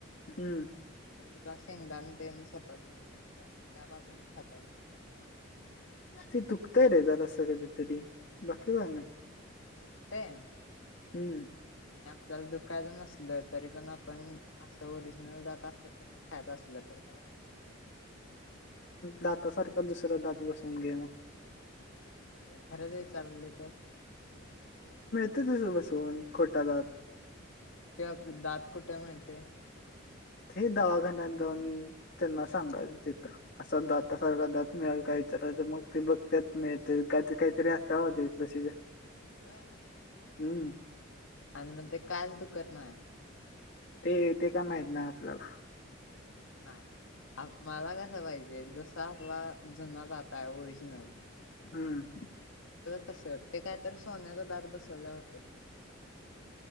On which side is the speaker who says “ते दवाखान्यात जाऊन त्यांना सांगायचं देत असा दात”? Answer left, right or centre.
Left